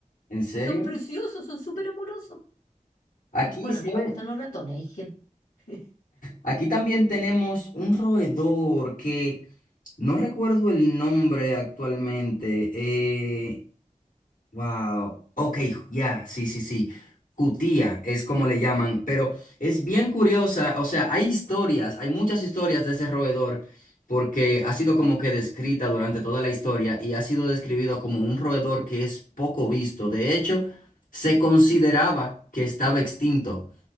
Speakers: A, on the left; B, on the left.
A: ¿En serio?
B: Y son preciosos, son súper amorosos.
A: Aquí,
B: Ah, bueno,
A: ¿sabe?
B: a mí me gustan los ratones, hay gente. <laughs>
A: Aquí también tenemos un roedor que no recuerdo el nombre actualmente. eh, Wow, ok, ya, sí, sí, sí. Jutía es como le llaman, pero es bien curiosa, o sea, hay historias, hay muchas historias de ese roedor, porque ha sido como que descrita durante toda la historia y ha sido describido como un roedor que es poco visto. De hecho, se consideraba que estaba extinto.